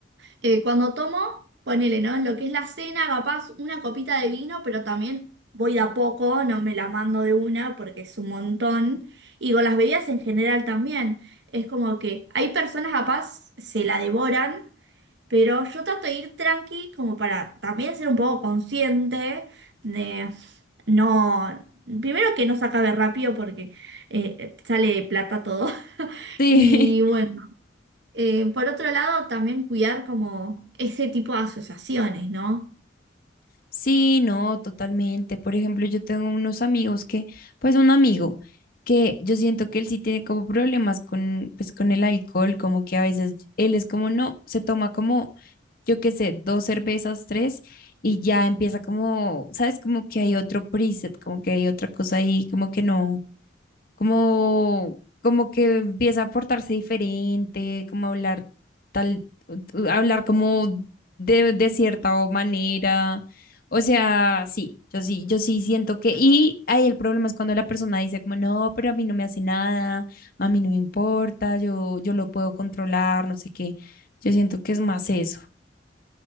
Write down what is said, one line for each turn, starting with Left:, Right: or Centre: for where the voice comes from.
Right: Eh, cuando tomo, ponele, ¿no? En lo que es la cena, capaz una copita de vino, pero también voy de a poco, no me la mando de una porque es un montón. Y con las bebidas en general también. Es como que hay personas capaz se la devoran, pero yo trato de ir tranqui como para también ser un poco consciente de no... Primero que no se acabe rápido porque eh, sale plata todo. <laughs>
Left: Sí,
Right: Y bueno. Eh, por otro lado, también cuidar como ese tipo de asociaciones, ¿no?
Left: <laughs> sí, no, totalmente. Por ejemplo, yo tengo unos amigos que, pues, un amigo que yo siento que él sí tiene como problemas con, pues, con el alcohol, como que a veces él es como, no, se toma como yo qué sé, dos cervezas, tres, y ya empieza como, ¿sabes? Como que hay otro preset, como que hay otra cosa ahí, como que no, como, como que empieza a portarse diferente, como hablar tal, u- hablar como de, de cierta o manera. O sea, sí, yo sí, yo sí siento que, y ahí el problema es cuando la persona dice como, no, pero a mí no me hace nada, a mí no me importa, yo, yo lo puedo controlar, no sé qué. Yo siento que es más eso.